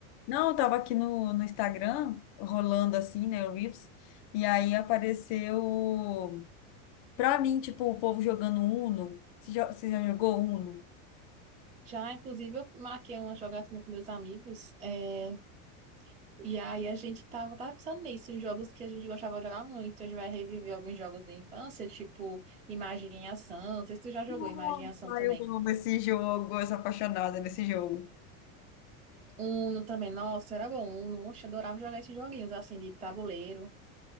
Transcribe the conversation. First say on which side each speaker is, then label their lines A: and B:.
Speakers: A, on the left; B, on the right.
A: não, eu tava aqui no, no Instagram, rolando assim, né, o Reels, e aí apareceu, pra mim, tipo, o povo jogando Uno. Você já, você já jogou Uno?
B: Já, inclusive, eu marquei uma jogatina com meus amigos. é, E aí a gente tava, tava pensando nisso, em jogos que a gente gostava de jogar muito. A gente vai reviver alguns jogos da infância, tipo Imagem em Ação. Não sei se tu já jogou
A: Nossa,
B: Imagem em Ação também.
A: eu amo esse jogo, eu sou apaixonada nesse jogo.
B: Uno também, nossa, era bom. Uno, oxe, adorava jogar esses joguinhos, assim, de tabuleiro.